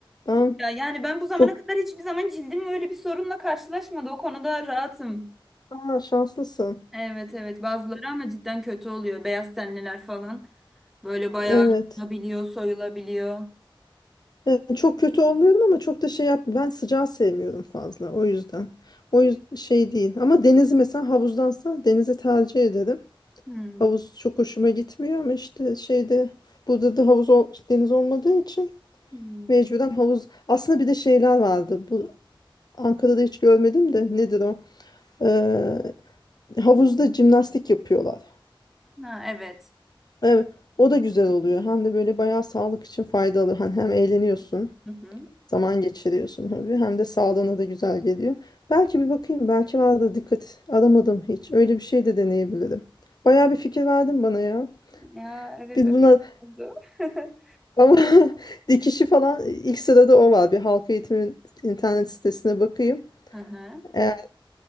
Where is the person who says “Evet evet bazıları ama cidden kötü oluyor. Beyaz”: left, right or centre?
Centre